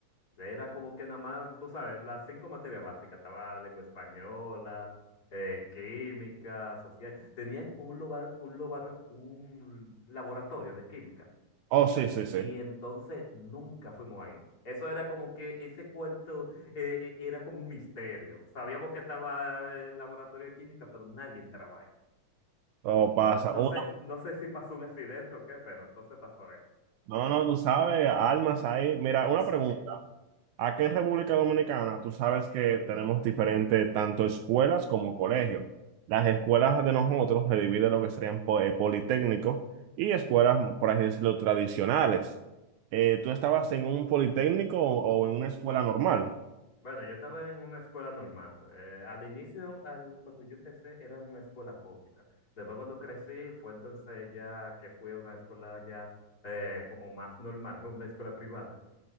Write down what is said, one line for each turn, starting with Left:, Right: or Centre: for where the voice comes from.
Left: Era como que nada más, tú sabes, las cinco materias básicas, estaba lengua española, eh, química, social. Tenían un, loba- un, lobar- un laboratorio de química
Right: Oh, sí, sí, sí.
Left: y entonces nunca fuimos ahí. Eso era como que ese cuarto eh, eh, era como un misterio. Sabíamos que estaba eh, el laboratorio de química, pero nadie entraba ahí.
Right: Todo pasa.
Left: No, no
Right: Una-
Left: sé, no sé si pasó un accidente o qué, pero entonces pasó eso. <laughs>
Right: no, no, tú sabes, almas ahí. Mira, una
Left: Sí.
Right: pregunta. Aquí en República Dominicana, tú sabes que tenemos diferentes tanto escuelas como colegios. Las escuelas de nosotros se dividen en lo que serían po- eh, politécnicos y escuelas, por así decirlo, tradicionales. Eh, ¿tú estabas en un politécnico o, o en una escuela normal?
Left: Bueno, yo estaba en una escuela normal. Eh, al inicio, al, cuando yo empecé, era una escuela pública. Después cuando crecí, fue entonces ya que fui a una escuela ya eh, como más normal, <laughs> una escuela privada.